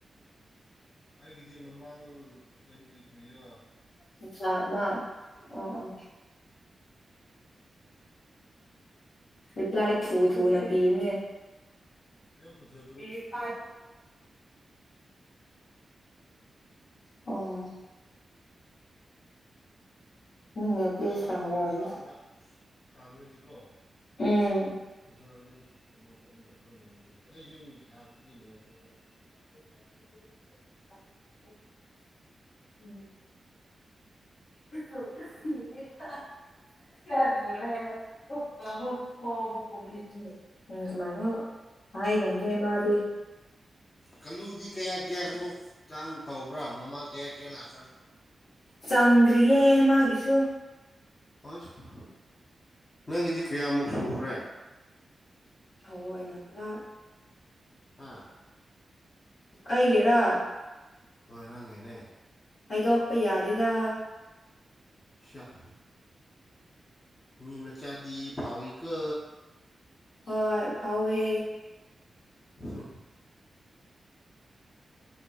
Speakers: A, on the left (about 30°); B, on the left (about 75°).
A: ꯑ ꯑꯩꯒꯤꯗꯤ ꯃꯃꯥꯡ ꯆꯍꯤ ꯀꯨꯏꯔꯥ
B: ꯃꯆꯥꯃꯥ ꯑꯣ ꯑꯣ ꯔꯤꯄ꯭ꯂꯥꯏ ꯊꯨ ꯊꯨꯅ ꯄꯤꯕꯅꯦ
A: ꯌꯥꯝ ꯐꯖ
B: <unintelligible> ꯑꯣ ꯃꯤꯅ ꯄ꯭ꯂꯤꯁ
A: ꯑꯩꯅ
B: ꯂꯥꯛꯑꯣꯌꯦ
A: ꯃꯁꯥ ꯈꯔ ꯀꯥꯡꯔꯗꯤꯀꯣ
B: ꯎꯝ
A: ꯐꯖꯒꯅꯤ ꯑꯗꯨ ꯑꯩꯅ ꯈꯔ ꯅꯣꯏꯕꯒꯤ ꯑꯩ ꯌꯨꯝ ꯂꯥꯛꯄꯒꯤ ꯅꯣꯏꯈ꯭ꯔꯕ
B: <inaudible> ꯎꯝ <unintelligible> <unintelligible> ꯍꯥꯏꯗꯝꯅꯦ ꯃꯥꯗꯤ
A: ꯀꯂꯨꯗꯤ ꯀꯌꯥ ꯀꯌꯥꯃꯨꯛ ꯆꯥꯡ ꯇꯧꯕ꯭ꯔꯥ ꯃꯃꯥꯡ ꯀꯌꯥ ꯀꯌꯥ ꯂꯥꯛ
B: ꯆꯪꯗ꯭ꯔꯤꯌꯦ ꯃꯥꯒꯤꯁꯨ
A: ꯑꯁ ꯅꯪꯒꯤꯗꯤ ꯀꯌꯥꯃꯨꯛ ꯁꯨꯈ꯭ꯔꯦ
B: ꯊꯑꯣꯏꯅ ꯀꯂꯥꯔ
A: ꯍꯥꯥ
B: ꯑꯩꯒꯤꯔꯥ
A: ꯍꯣꯏ ꯅꯪꯒꯤꯅꯦ
B: ꯍꯥꯏꯗꯣꯛꯄ ꯌꯥꯗꯦꯗ
A: ꯁꯌꯥ ꯃꯤ ꯃꯆꯥꯗꯤ ꯐꯥꯎꯋꯤꯀꯣ
B: ꯍꯣꯏ ꯐꯥꯎꯋꯦ
A: ꯍꯨ
B: <inaudible>